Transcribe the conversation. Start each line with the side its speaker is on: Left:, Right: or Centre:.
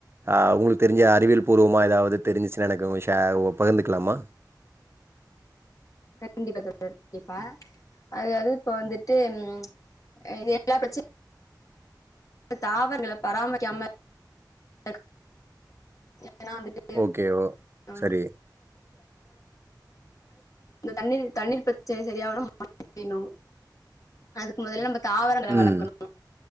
Right: ஆ உங்களுக் தெரிஞ்ச அறிவியல் பூர்வமா எதாவுது தெரிஞ்சுச்சுன்னா எனக்கு ஷேர் ஓ பகிர்ந்துக்கலாமா?
Left: கண்டிப்பா தோழர் கண்டிப்பா அதாவுது இப்ப வந்துட்டு ம் இது எல்லா பிரச்ச தாவரங்கள பராமரிக்காம <inaudible> எனா வந்துட்டு
Right: ஓகே. ஓ
Left: ம்
Right: சரி.
Left: <inaudible> இந்த தண்ணீர் தண்ணீர் பிரச்சனை செரியாவனும் மழ பெய்னு அதுக்கு முதல்ல நம்பத் தாவரங்கள
Right: ம்.
Left: வளக்கணும்